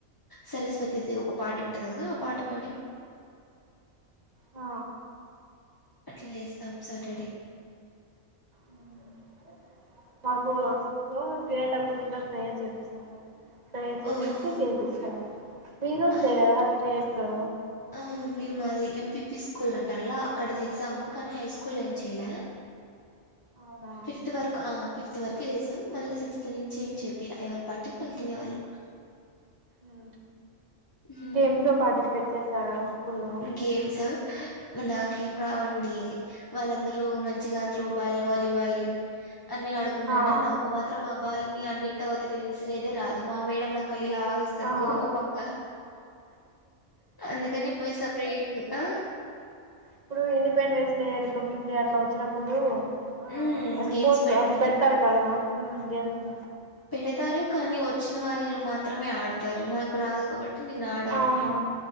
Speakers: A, on the left; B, on the right.
A: సరస్వతీదేవ్ ఒక పాటుంటద్ గదా ఆ పాట పడి
B: ఆ.
A: అట్ల జేస్తాం సాటడే
B: ఊమ్ మాకూ స్కూల్లో తినేటప్పుడు కూడా ప్రేయర్ చేపిస్తార్ మరి ప్రేయర్ చేపిచ్చి
A: ఓహో
B: తిన్పిచ్చేవారు మీరు
A: ఆ
B: చేయ్లేదా ప్రేయర్సు.
A: ఆ మేము అది ఎంపీపీ స్కూలంటాల్లా అక్కడ జేసాము కానీ హైస్కూల్లేం చెయ్లా.
B: అవునా
A: ఫిఫ్త్ వర్కు ఆ ఫిఫ్త్ వర్కు జేసా అమ్ మళ్ళ సిక్స్త్ నుంచేం చేపీల ఎవర్ పాటిక్ వాళ్ తినేవాళ్ళు.
B: ఊమ్
A: హ్మ్
B: గేమ్స్లొ పాటిస్పెట్ చేసారా. స్కూల్లో
A: గేమ్స్ నాకేం రావండీ. వాళ్ళందరూ మంచిగా త్రోబాల్ వాలీబాల్ అన్నీ ఆడుకుంటాంటార్
B: ఆ
A: నాకు మాత్రం ఆ బాల్ని ఆ నెట్టవ్తల విసిరేదే రాదు మా మేడమ్ నాక్ కల్లిలా జూస్తది
B: ఆ
A: కోపంగా అందుకనీ నేన్ సప్రేట్గు ఆ
B: ఇప్పుడూ ఇండిపెండెన్స్డే రిపబ్లిక్డే అట్ల వచ్చినప్పుడూ ఆ
A: హ్మ్
B: అవి
A: గేమ్స్
B: స్పోర్ట్స్
A: పెడతారు
B: అవి పెడుతారు కదా మ్ గేమ్స్
A: పెడుతారు కానీ వచ్చిన వాళ్ళు మాత్రమే ఆడుతారు నాకు రాదు కాబట్ ట్టి నేను ఆడాను
B: అవునా